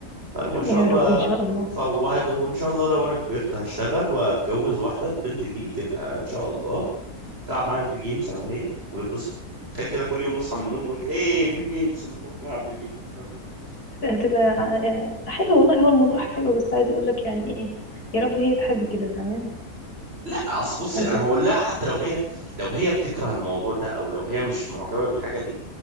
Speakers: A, on the right; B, on the left.
A: فالمهم ان شاء
B: يا
A: الله
B: رب ان شاء الله
A: ف وهد- وان شاء الله لو انا كبرت هشتغل واتجوز واحده البنت دي تبقى ان شاء الله تلعب معايا فيديو جيمز انا وهي ونتبسط تخيل كده كل يوم نصحى من النوم نقول هي فيديو جيمز ونروح نلعب فيديو جيمز فاهمة؟
B: هتبقى ع- حلو والله هو الموضوع حلو بس عايزة اقول لك يعني ايه يا رب هي تحب كده تمام
A: لا اصل بصي
B: انت
A: انا هقول لها حتى لو هي لو هي بتكره الموضوع ده او لو هي مش معجبه بالحاجه دي